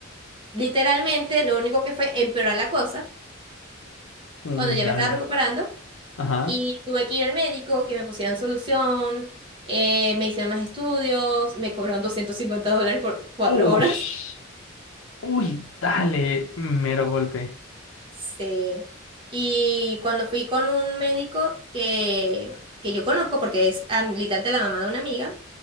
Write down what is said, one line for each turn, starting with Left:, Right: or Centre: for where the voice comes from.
Right: literalmente, lo único que fue empeorar la cosa
Left: ujú,
Right: cuando
Left: Uy,
Right: ya
Left: dale.
Right: me estaba recuperando.
Left: Ajá.
Right: Y tuve que ir al médico, que me pusieran solución, eh, me hicieron más estudios, me cobraron 250 dólares por cuatro
Left: Ush,
Right: horas. <laughs>
Left: uy, dale. Mero golpe.
Right: Sí. Y cuando fui con un médico que, que yo conozco, porque es habilitante de la mamá de una amiga,